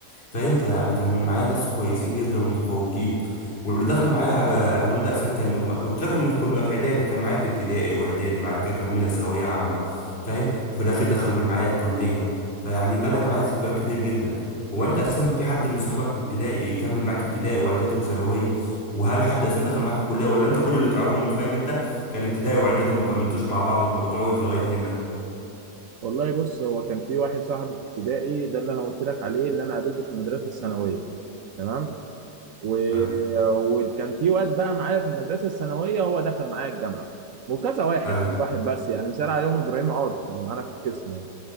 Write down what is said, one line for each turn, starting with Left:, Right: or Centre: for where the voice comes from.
Left: فاهم فيعني كان معايا ناس كويسين جدا ومتفوقين واللي دخل معايا ع- علوم ده عشان كان كنت لا كنا في كنا في اعدادي كان معايا في ابتدائي واعدادي بعد كده كملنا ثانويه عامه فاهم وفي الاخر دخل معايا الكليه فيعني بنى معايا ذكريات كتير جدا هو انت اساسا في حد من صحابك في ابتدائي يكمل معاك ابتدائي واعدادي وثانويه وهل حد اساسا دخل معاك الكليه ولا انت كل اللي تعرفهم فاهم انت كان ابتدائي واعدادي وما كملتوش مع بعض والموضوع وقف لغايه هنا
Right: والله بص هو كان في واحد صاحبي في ابتدائي ده اللي انا قلت لك عليه اللي انا قابلته في المدرسه الثانويه تمام و...
Left: ايوه
Right: وكان في واد بقى معايا في المدرسه الثانويه هو دخل معايا الجامعه وكذا واحد
Left: ايوه
Right: مش واحد بس يعني مثال عليهم ابراهيم عاطف اللي معانا في القسم يعني